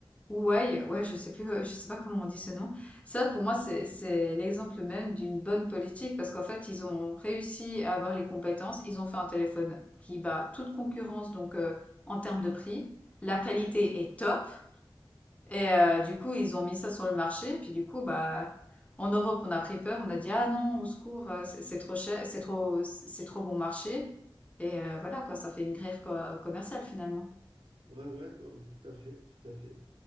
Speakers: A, on the left (about 15°); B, on the right (about 80°).
A: Ouais, ouais, je sais plus, heu, je sais pas comment on dit ce nom. Ça, pour moi, c'est c'est l'exemple même d'une bonne politique parce qu'en fait, ils ont réussi à avoir les compétences. Ils ont fait un téléphone qui bat toute concurrence, donc heu, en termes de prix. La qualité est top et heu, du coup, ils ont mis ça sur le marché. Puis du coup, bah, en Europe, on a pris peur. On a dit: «Ah non, au secours, heu, c'est c'est trop cher, c'est trop c'est trop bon marché» et heu, voilà quoi, ça fait une guerre co commerciale finalement.
B: Ouais, ouais, non, mais tout à fait, tout à fait.